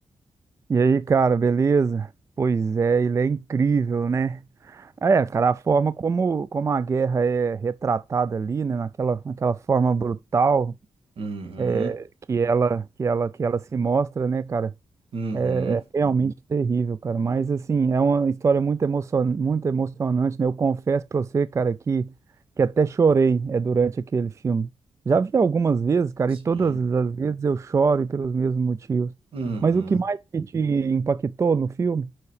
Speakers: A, on the right (about 30°); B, on the right (about 75°).
A: E aí, cara, beleza? Pois é, ele é incrível, né? É, cara, a forma como, como a guerra é retratada ali, né, naquela, naquela forma brutal
B: Uhum,
A: é, que ela, que ela, que ela se mostra, né, cara?
B: uhum,
A: É é realmente terrível, cara. Mas, assim, é uma história muito emocion... muito emocionante, né? Eu confesso pra você, cara, que... que até chorei é, durante aquele filme. Já vi algumas vezes, cara,
B: sim.
A: e todas as vezes eu choro e pelos mesmos motivos.
B: Uhum.
A: Mas o que mais que te impactou no filme?